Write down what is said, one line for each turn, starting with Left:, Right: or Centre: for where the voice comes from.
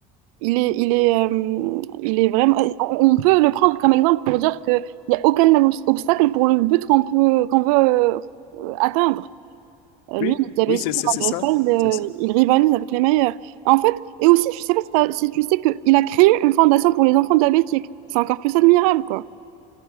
Right: il est, il est, euh, il est vraiment. On on peut le prendre comme exemple pour dire qu'il n'y a aucun obs- obstacle pour le but qu'on peut, qu'on veut euh, atteindre. Euh,
Left: oui,
Right: lui, il est diabétique,
Left: oui, c'est
Right: et
Left: c'est-
Right: malgré
Left: c'est ça.
Right: ça, il,
Left: C'est ça.
Right: euh, il rivalise avec les meilleurs. En fait, et aussi, je sais pas si, t'as- si tu sais qu'il a créé une fondation pour les enfants diabétiques. C'est encore plus admirable, quoi.